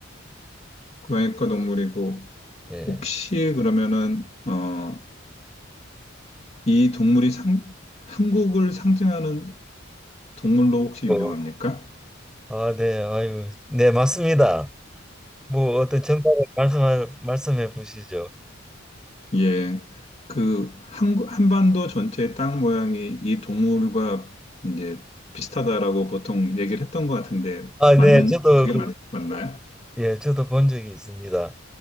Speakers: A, on the left; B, in the centre.
A: 고양이과 동물이고,
B: 예.
A: 혹시 그러면은, 어, 이 동물이 상, 한국을 상징하는 동물로 혹시 유명합니까?
B: 어. 아, 네, 아유, 네, 맞습니다. 뭐 어떤 정답을 말씀 말씀해 보시죠.
A: 예, 그 한, 한반도 전체의 땅 모양이 이 동물과 이제 비슷하다라고 보통 얘기를 했던 것 같은데
B: 아, 네,
A: 맞는
B: 저도
A: 그게
B: 그,
A: 네, 맞, 네네. 맞나요?
B: 예, 저도 본 적이 있습니다.